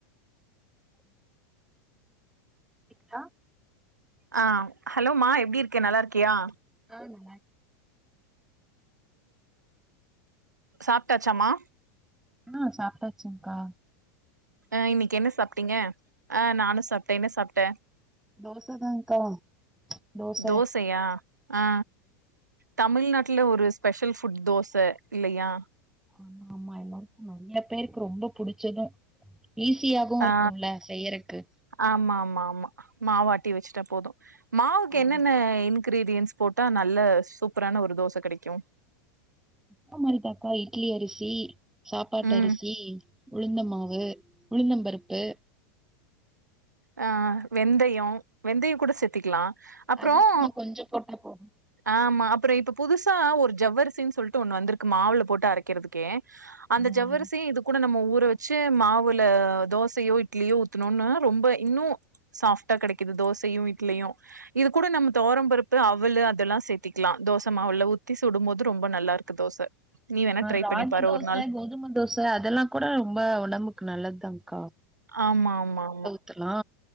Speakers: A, in the centre; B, on the right (about 90°).
A: கேக்குதா
B: ஆ ஹலோ மா எப்படி இருக்கே நல்லா இருக்கியா
A: ஆம்ம
B: சாப்ட்டாச்சா மா
A: ம் சாப்பிட்டாச்சுகா
B: அ இன்னைக்கு என்ன சாப்பிட்டீங்க ஆ நானு சாப்ட்டே என்ன சாப்ட்ட
A: தோசதான்க்கா தோச
B: தோசையா ஆ தமிழ்நாட்டுல ஒரு ஸ்பெஷல் ஃபுட் தோச இல்லையா
A: ஆமா ஆமா எல்லாருக்கு நிறைய பேருக்கு ரொம்ப புடிச்சது ஈஸியாவு இருக்கும்ல
B: ஆ
A: செய்யறக்கு
B: ஆமா ஆமா ஆமா மாவு ஆட்டி வச்சுட்டா போதும் மாவுக்கு என்னென்ன
A: ஆமா
B: இன் கிரீடியன்ஸ் போட்டா நல்ல சூப்பரான ஒரு தோச கிடைக்கும்
A: மாவு அரைதாக்கா இட்லி அரிசி சாப்பாட்டு
B: ம்
A: அரிசி உளுந்த மாவு உளுந்த பருப்பு
B: அ வெந்தயம் வெந்தயம் கூட செத்தக்கலா அப்புறம்
A: அது சும்மா கொஞ்சம் போட்டா போதும்
B: ஆமா அப்புறம் இப்ப புதுசா ஒரு ஜவ்வரிசின்னு சொல்லிட்டு ஒண்ணு வந்திருக்கு மாவுல போட்டு அரைக்கிறதுக்கே அந்த
A: ஆ
B: ஜவரிசையும்
A: ஆ.
B: இது கூட நம்ம ஊற வச்சு மாவுல தோசையோ இட்லியோ ஊத்தணும்னு ரொம்ப இன்னு சாஃப்டா கிடைக்குது தோசையு இட்லியு இது கூட நம தொவரபருப்பு அவள் அதெல்லா சேத் திக்கலா தோச மாவு உள்ள ஊத்தி சுடும்போது ரொம்ப நல்லா இருக்கு தோச நீ வேணா ட்ரை
A: ராகி
B: பண்ணி பாரு
A: தோச
B: ஒரு நாள்.
A: கோதும தோச அதெல்லாம் கூட ரொம்ப உடம்புக்கு நல்லதுதான்கா
B: ஆமா ஆமா ஆமா
A: ஊத்துலா